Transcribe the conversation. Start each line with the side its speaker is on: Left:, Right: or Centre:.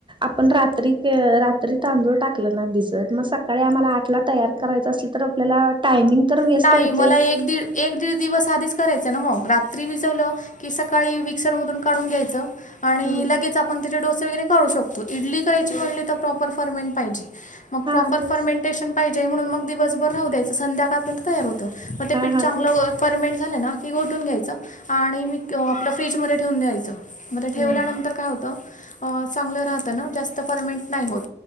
Right: आपण रात्री के रात्री तांदूळ टाकलं ना भिजत मग सकाळी आम्हाला आठला तयार कराय असल तर आपल्याला टायमिंग तर वेस्ट
Left: नाही
Right: होतयचं.
Left: मला एक दीड एक दीड दिवस आधीच करायचं ना मग रात्री भिजवलं की सकाळी मिक्सरमधून काढून घ्यायचं. आणि
Right: हम्म
Left: लगेच आपण त्याचे डोसे वगैरे करू शकतो इडली करायची म्हणली तर प्रॉपर फरमेन पाहिजे. मग
Right: हा
Left: प्रॉपर
Right: तेच
Left: फर्मेंटेशन पाहिजे म्हणून मग दिवसभर राहू द्यायच संध्याकाळपर्यंत तयार होतो. मग ते
Right: हा
Left: पीठ
Right: हा
Left: चांगलं
Right: तेच
Left: फर्मेंट झालं ना की गोटून घ्यायचं. आणि मी क आपलं फ्रीजमध्ये ठेवून द्यायचं म ठेवल्यानंतर
Right: हम्म
Left: काय होतं. अ चांगलं राहत ना जास्त परमनेंट नाही होत.